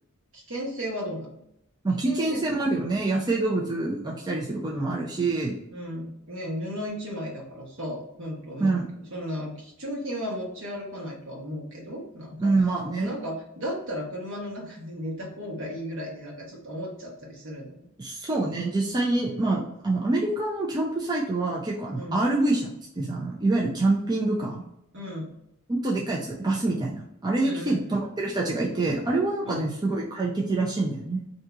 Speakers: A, on the right; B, on the right.
A: 危険性はどうなの
B: まあ、
A: 危険性。
B: 危険性もあるよね。野生動物が来たりすることもあるし、
A: うん。ね、布一枚だからさ、ほんと、まあ、
B: うん、
A: そんな貴重品は持ち歩かないとは思うけど、なんか、
B: うん、まあね。
A: もうなんか、だったら車の中で寝た方がいいぐらいになんかちょっと思っちゃったりするの。
B: そうね。実際に、まあ、あの、アメリカのキャンプサイトは結構あの、
A: うん、
B: RV 車っつってさ、あのいわゆるキャンピングカー
A: うん、
B: ほんとでっかいやつ、バスみたいな。あれで来て泊まってる人たちがいて、
A: うん、
B: あれはなんかね、
A: うん、うん。
B: すごい快適らしいんだよね。